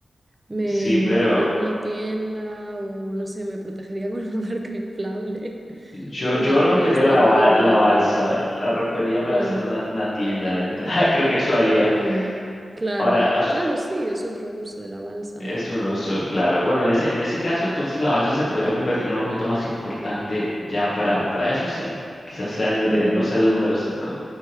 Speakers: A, on the right (about 25°); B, on the left (about 40°).
A: me
B: Sí,
A: montaría
B: pero.
A: una tienda o no sé, me protegería con <laughs> la barca inflable
B: Yo,
A: o
B: yo
A: algo
B: rompería
A: y estaría
B: la, ba-
A: durmiendo.
B: la balsa, la rompería para
A: Mm,
B: hacer una, una tienda de entrada, <laughs> creo que eso haría.
A: mm, claro,
B: Ahora, as-
A: claro, sí, es otro uso de la balsa.
B: es un oso, claro. Bueno, en ese, en ese caso, entonces la balsa se podría convertir en un objeto más importante ya para, para eso sí. Quizás sea el-
A: Ujú,
B: eh, no sea el número cinco